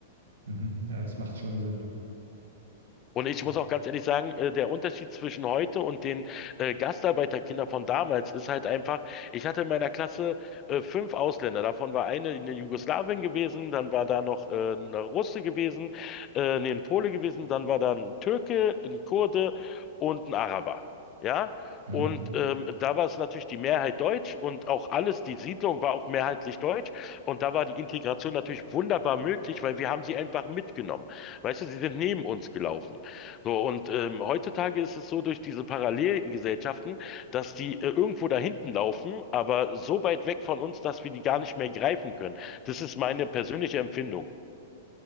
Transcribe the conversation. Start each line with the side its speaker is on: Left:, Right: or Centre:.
Right: mhm, ja, es macht schon Sinn.
Left: Und ich
Right: Ja,
Left: muss auch ganz ehrlich sagen, äh, der Unterschied zwischen heute und den äh, Gastarbeiterkindern von damals ist halt einfach, ich hatte in meiner Klasse äh, fünf Ausländer. Davon war eine in Jugoslawien gewesen, dann war da noch äh, eine Russe gewesen, äh, nee, ein Pole gewesen, dann war da ein Türke, ein Kurde und ein Araber. Ja?
Right: Mhm.
Left: Und ähm, da war es natürlich die Mehrheit deutsch und auch alles, die Siedlung war auch mehrheitlich deutsch. Und da war die Integration natürlich wunderbar möglich, weil wir haben sie einfach mitgenommen. Weißt du, sie sind neben uns gelaufen. So, und ähm, heutzutage ist es so durch diese Parallelgesellschaften, dass die äh, irgendwo da hinten laufen, aber so weit weg von uns, dass wir die gar nicht mehr greifen können. Das ist meine persönliche Empfindung.